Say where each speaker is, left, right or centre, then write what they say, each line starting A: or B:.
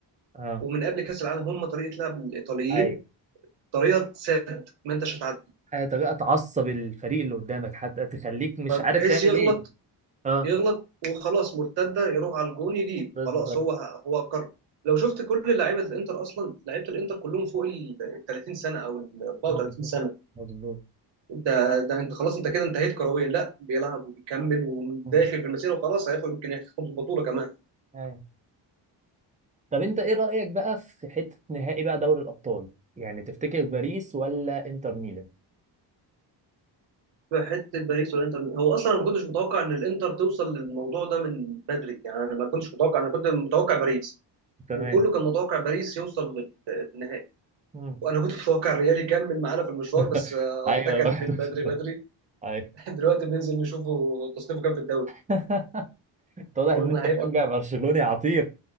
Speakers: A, on the right; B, on the right.
A: اه
B: ومن قبل كاس العالم هم طريقه لعب الايطاليين
A: ايوه
B: طريقه سد ما انتش هتعدي
A: حاجة طريقة تعصب الفريق اللي قدامك حتى تخليك مش
B: فبحيث
A: عارف تعمل
B: يغلط
A: ايه اه
B: يغلط وخلاص مرتده يروح على الجون يجيب
A: بالظبط
B: خلاص هو هو قرر لو شفت كل لعيبه الانتر اصلا لعيبه الانتر كلهم فوق ال 30 سنه او ال 34
A: مظبوط
B: سنه
A: مظبوط
B: ده ده انت خلاص انت كده انتهيت كرويا لا بيلعب وبيكمل وداخل
A: مم.
B: في المسيره وخلاص هياخد يمكن ياخد البطوله كمان
A: ايوه طب انت ايه رأيك بقى في حتة نهائي بقى دوري الأبطال يعني تفتكر باريس ولا انتر ميلان
B: في حته باريس والانتر هو اصلا انا ما كنتش متوقع ان الانتر توصل للموضوع ده من بدري يعني انا ما كنتش متوقع انا كنت متوقع باريس
A: تمام
B: وكله كان متوقع باريس يوصل لل- للنهائي
A: مم.
B: وانا كنت متوقع الريال يكمل معانا في المشوار
A: <laughs>
B: بس آه،
A: ايوه
B: اتكل
A: بقى.
B: من بدري
A: <laughs>
B: بدري
A: ايوه
B: <laughs> دلوقتي بننزل نشوفه تصنيفه كام في الدوري
A: <laughs> واضح
B: قلنا
A: ان انت
B: هيبقى
A: بتشجع برشلوني عتيق